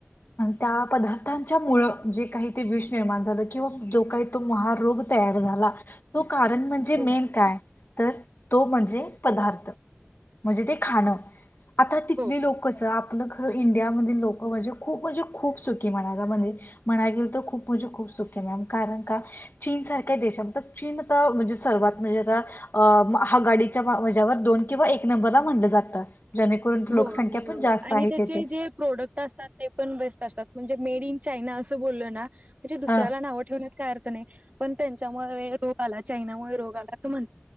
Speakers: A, on the left; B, on the right.
A: त्या पदार्थ मुळ जे काही ते विष निर्माण झालं किंवा जो काही तो महा- रोग तयार झाला तो कारण म्हणजे
B: अगदी
A: मेन काय तर तो म्हणजे? पदार्थ म्हणजे ते खाणं- आता तिथले
B: हो
A: लोक कस आपलं- तर इंडियामधली लोक म्हणजे खूप म्हणजे खूप सुखी म्हणाल. म्हणायची तर खूप म्हणजे खूप सुखी मॅम कारण का चीन सारख्या दशान चीन आता म्हणजे सर्वात म्हणजे आता आघाडीच्या हेच्यावर दोन किंवा एक नंबरला म्हणलं जातं. जेणेकरून लोकसंख्या
B: हो
A: पण जास्त
B: आणि
A: आहे
B: त्यांचे
A: तेथे
B: जे प्रोडक्ट असतात ते पण बेस्ट असतात. म्हणजे मेडइन चायना असं बोललो ना. म्हणजे दुसऱ्याला
A: ह
B: नाव ठेवण्यात. काय अर्थ नाही. पण त्यांच्यामुळे रोग आला. चायनामुळे रोग आला. तु म्हण